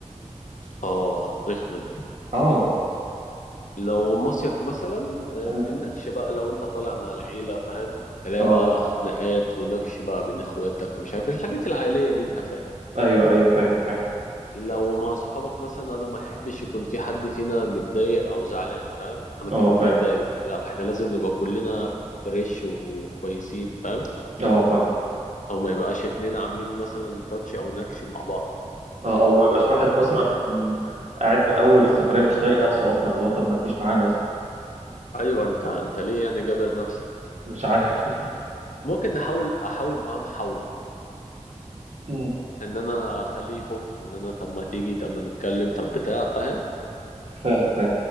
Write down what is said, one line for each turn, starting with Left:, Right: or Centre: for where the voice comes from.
Left: آه رخمة دي
Right: اه
Left: لو مصيف مثلا آه،
Right: مم.
Left: النكش بقى لو أنت طالع مع العيلة فاهم تلاقي
Right: اه
Left: بقى خناقات ونكش بقى بين إخواتك ومش عارف إيه، الحاجات العائلية دي أنت فاهم
Right: ايوه ايوه فاهم فاهم
Left: لو مع صحابك مثلا انا ما احبش يكون في حد فينا متضايق او زعلان فاهم انا كمان
Right: اه فاهم
Left: بتضايق لا احنا لازم نبقى كلنا فريش وكويسين فاهم
Right: اه فاهم
Left: او ما يبقاش اتنين عاملين مثلا تاتش او نكش مع بعض
Right: اه او ما يبقاش واحد مثلا قاعد من اول السفرية مش طايق نفسه اصلا اللي هو طب ما تجيش معانا يا اسطى
Left: ايوه انت انت ليه يعني جابر نفسك
Right: مش عارف
Left: ممكن نحاول احاول معاه محاولة
Right: مم.
Left: ان انا اخليه يفك ان انا طب ما تيجي طب ما نتكلم طب بتاع فاهم
Right: فاهم فاهم